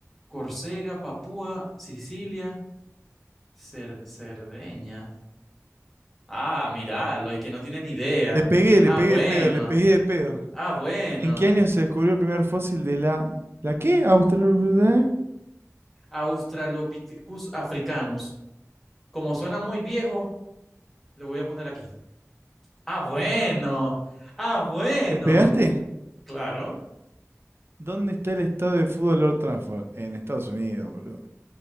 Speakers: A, in the centre; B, on the right.
A: Córcega, Papúa, Sicilia, Cer- Cerdeña. Ah, míralo, y que no tiene ni idea.
B: Le pegué, le
A: Ah,
B: pegué
A: bueno.
B: de pedo, le pegué de pedo.
A: Ah, bueno.
B: ¿En qué año se descubrió el primer fósil de la... ¿La qué? ¿Australia?
A: Australopithecus africanus. Como suena muy viejo, le voy a poner aquí. Ah, bueno. Ah, bueno.
B: ¿Le pegaste?
A: Claro.
B: ¿Dónde está el estado de fútbol Lord Trafford? En Estados Unidos, boludo.